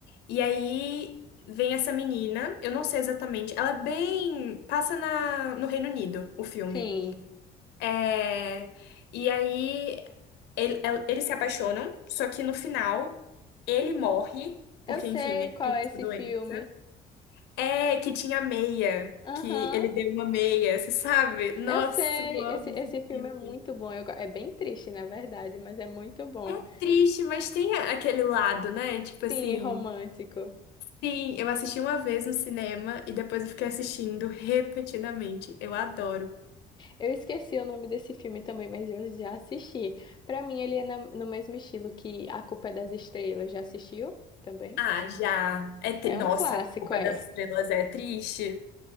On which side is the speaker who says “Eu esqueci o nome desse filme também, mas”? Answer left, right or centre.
Left